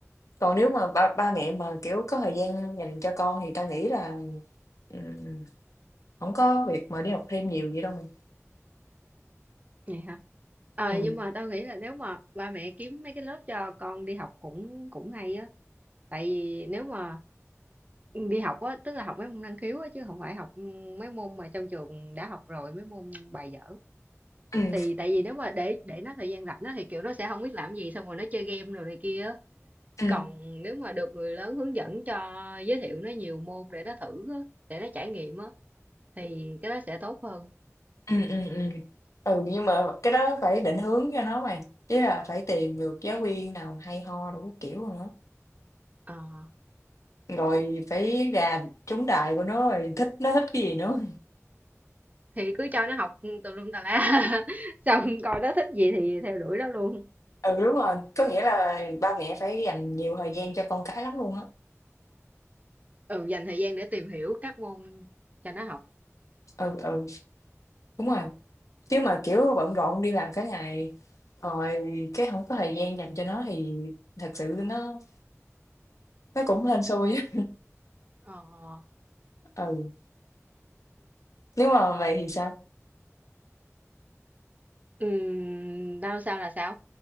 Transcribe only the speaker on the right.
Vậy hả? Ờ,
nhưng mà tao nghĩ là nếu mà ba mẹ kiếm mấy cái lớp cho con đi học cũng cũng hay á. Tại vì nếu mà đi học á, tức là học mấy môn năng khiếu á, chứ không phải học mấy môn mà trong trường đã học rồi, mấy môn bài dở.
Thì tại vì nếu mà để để nó thời gian rảnh á, thì kiểu nó sẽ không biết làm gì, xong rồi nó chơi game rồi này kia á.
Còn nếu mà được người lớn hướng dẫn cho giới thiệu nó nhiều môn để nó thử á, để nó trải nghiệm á, thì cái đó sẽ tốt hơn.
Ờ.
thì cứ cho nó học tùm lum tà la <laughs> xong coi nó thích gì thì theo đuổi nó luôn
ừ dành thời gian để tìm hiểu các môn cho nó học
ờ
ừm, đau sao là sao